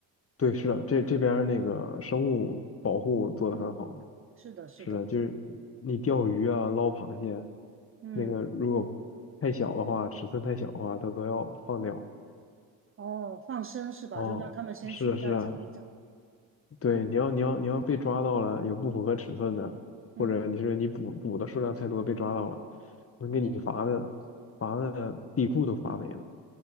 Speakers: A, on the left; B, on the right.
A: 对，是的，这这边儿那个生物保护做得很好。
B: <laughs> 嗯，是的，是的，
A: 是的，就是你钓鱼啊、捞螃蟹，
B: 嗯，
A: 那个如果太小的话，尺寸太小的话，它都要放掉。
B: 哦，放生是吧？
A: 哦，
B: 就让他们先去再长一长。
A: 是的，是的，对，你要你要你要被抓到了，有不符合尺寸的，
B: 嗯，
A: 或者你是你捕捕的数量太多被抓到了，能给你罚的罚的地库都罚没了。
B: 哦